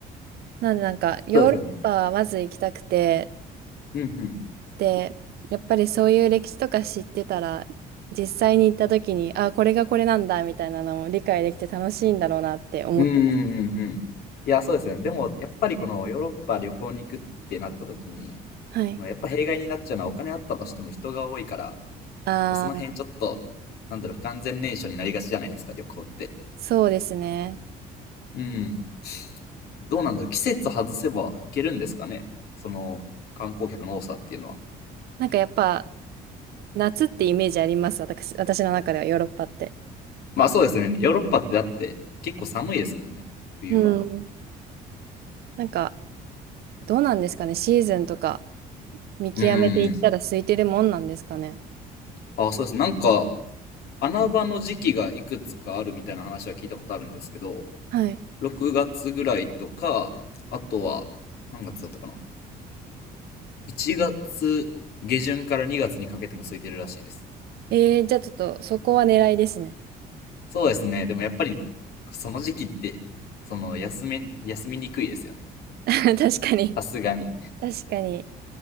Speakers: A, on the right (about 70°); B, on the left (about 70°).
A: なんでなんかヨーロッパはまず行きたくて、
B: そうですよね。うんうん。
A: で、やっぱりそういう歴史とか知ってたら、実際に行った時に、あ、これがこれなんだみたいなのも理解できて楽しいんだろうなって思ってます。
B: うんうんうんうん。いや、そうですよね。でも、やっぱりこのヨーロッパ旅行に行くってなった時に、
A: はい。
B: このやっぱ弊害になっちゃうのはお金あったとしても人が多いから、
A: ああ、
B: その辺ちょっと、なんだろう、不完全燃焼になりがちじゃないですか、旅行って。
A: そうですね。
B: うん。どうなんだろう。季節外せばいけるんですかね。その観光客の多さっていうのは。
A: なんかやっぱ夏ってイメージあります、私、私の中ではヨーロッパって。
B: まあそうですね。ヨーロッパってだって結構寒いですもんね。冬は。
A: うん。なんかどうなんですかね、シーズンとか見極めていったら空いてるもんなんですかね。
B: うん。あ、そうですね。なんか穴場の時期がいくつかあるみたいな話は聞いたことあるんですけど、
A: はい。
B: 6月ぐらいとか、あとは何月だったかな。1月下旬から2月にかけても空いてるらしいです。
A: えー、じゃあちょっとそこは狙いですね。
B: そうですね。でもやっぱりその時期って、その休め、休みにくいですよね。
A: <laughs> 確かに。
B: さすがに。
A: 確かに。